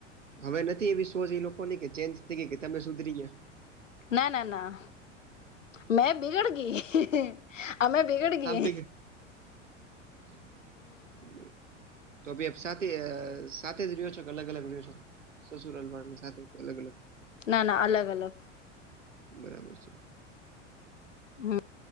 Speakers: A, on the right (about 80°); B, on the left (about 85°).
A: હવે નથી એવી સોચ ઈ લોકોની કે ચેન્જ થઈ ગઈ કે તમે સુધરી ગયા?
B: ના ના ના. મેં બિગડ ગી. અમે બિગડ ગી.
A: આમ થઈ ગઈ <inaudible> તોભી આપ સાથે. સાથે જ રહ્યો છો કે અલગ અલગ રહ્યો છો? સસુરાલ વાળાની સાથે કે અલગ અલગ?
B: ના ના અલગ અલગ.
A: બરાબર છે.
B: હમ